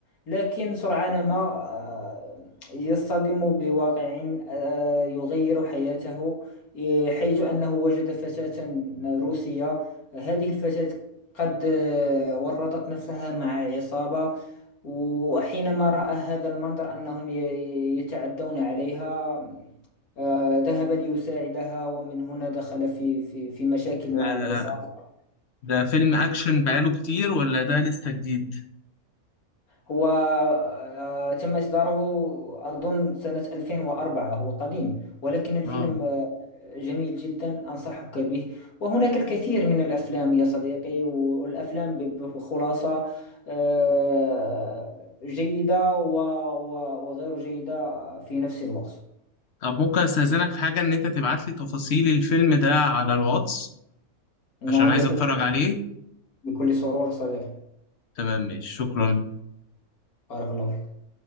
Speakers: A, on the left (about 80°); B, on the left (about 55°).
A: لكن سرعان ما آه، يصطدم بواقع آه، يغير حياته إيه، حيث أنه وجد فتاة روسية هذه الفتاة قد آه، ورطت نفسها مع عصابة وحينما رأى هذا المنظر أنهم ي- ي- يتعدون عليها آه، ذهب ليساعدها ومن هنا دخل في في في مشاكل
B: ده,
A: مع العصابة
B: ده فيلم أكشن بقاله كتير ولا ده لسه جديد
A: هو آه، تم إصداره أظن سنة 2004 هو قديم ولكن الفيلم
B: آه
A: آه، جميل جدا أنصحك به وهناك الكثير من الأفلام يا صديقي والأفلام ب- بخلاصة آه، جيدة و- و- وغير جيدة في نفس الوقت
B: طب ممكن أستأذنك في حاجة إن أنت تبعت لي تفاصيل الفيلم ده على الواتس
A: نعم
B: عشان عايز
A: يا صديقي
B: أتفرج عليه
A: بكل سرور صديقي
B: تمام ماشي شكرا
A: بارك الله فيك